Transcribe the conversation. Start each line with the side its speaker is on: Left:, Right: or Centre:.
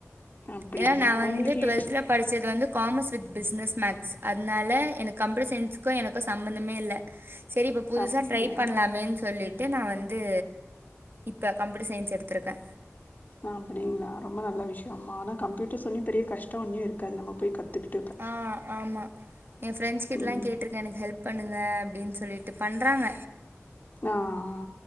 Left: அப்டிங்களா
Right: எனா நா‌ வந்து
Left: உங்களுக்கு
Right: டுவல்த்துல படிச் சது வந்து காமர்ஸ் வித் பிஸ்னஸ் மேக்ஸ் அத்னால எனக்கு கம்ப்யூட்டர் சயின்ஸக்கு எனக்கு சம்பந்தமே இல்ல செரி இப்போ புதுசா
Left: அப்டிங்களா
Right: ட்ரைப் பண்லாமேன் சொல்லிட் ட்டு நா வந்து இப்ப கம்ப்யூட்டர் சயின்ஸ் எடுத்துருக்கே
Left: அப்டிங்ளா ரொம்ப நல்ல விஷ்யம்மா ஆனா கம்ப்யூட்டர்ஸ் சொன்னி பெரிய கஷ்டோ ஒன்னியு இருக்காது நம்ம போய் கத்துட்டு
Right: ஆ ஆமா எ ஃப்ரெண்ட்ஸ் கிட்லா
Left: ம்
Right: கேட்ருக் இது எனக்கு ஹெல்ப் பண்ணுங்க அப்டின்னு சொல்லிட்டு பண்றாங்க
Left: ஆ ஆ